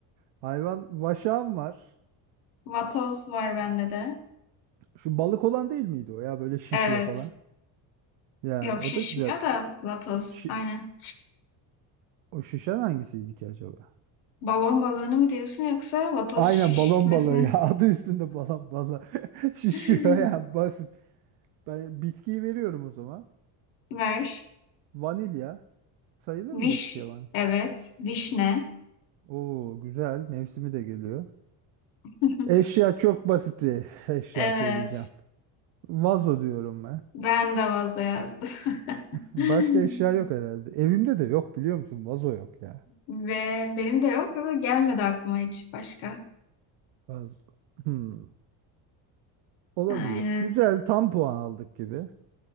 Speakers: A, on the right; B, on the left.
A: Hayvan vaşağım var.
B: vatoz var bende de.
A: Şu balık olan değil miydi o ya? Böyle şişiyor
B: Evet.
A: falan. Yani
B: Yok
A: o
B: şişmiyor
A: da güzel.
B: da vatoz.
A: Şi-
B: Aynen.
A: o şişen hangisiydi ki acaba?
B: Balon balığını mı diyorsun yoksa vatoz
A: Aynen
B: şişmesini
A: balon balığı ya. <laughs> Adı üstünde balon balığı. <laughs> Şişiyor
B: <laughs>
A: ya basit. Ben bitkiyi veriyorum o zaman.
B: ver.
A: Vanilya. Sayılır
B: Viş,
A: mı bitkiye vanilya?
B: evet. Vişne.
A: Oo güzel. Mevsimi de geliyor.
B: <laughs>
A: Eşya çok basit bir eşya
B: Evet.
A: söyleyeceğim. Vazo diyorum ben.
B: Ben de vazo yazdım.
A: Başka
B: <laughs>
A: eşya yok herhalde. Evimde de yok biliyor musun? Vazo yok ya.
B: Ve benim de yok ama gelmedi aklıma hiç başka.
A: Vazo. Hmm, olabilir.
B: Aynen.
A: Güzel tam puan aldık gibi.